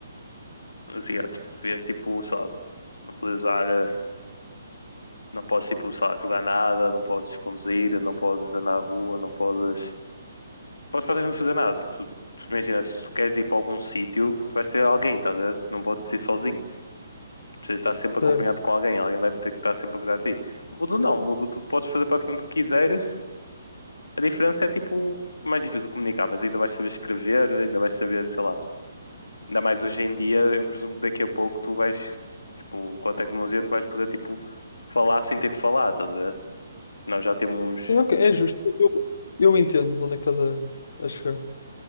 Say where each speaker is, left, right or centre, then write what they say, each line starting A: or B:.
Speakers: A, on the left (about 75°); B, on the left (about 55°).
A: asiático. Devia, tipo, sei lá, não podes usar, eh, não podes, tipo, sei lá, jogar nada, não podes conduzir, não podes andar na rua, não podes. Não podes praticamente fazer nada. Tipo, tu, tu imagina, se tu queres ir para algum sítio, tu vais ter alguém, estás a ver? Tu Não podes ir sozinho. Tu Precisas estar sempre
B: Certo.
A: acompanhado com alguém, alguém vai ter que estar sempre a cuidar de ti. Mudo não, mudo tu podes fazer praticamente o que quiseres. A diferença é tipo mais difícil de comunicar, mas ainda vais saber escrever, ainda vais saber, sei lá, Ainda mais hoje em dia, eu presumo que daqui a pouco tu vais, tipo, com a tecnologia tu vais poder, tipo, falar sem ter que falar, estás a ver? Nós já temos,
B: Sim, ok, é justo. Eu, eu entendo de onde é que estás a, a chegar.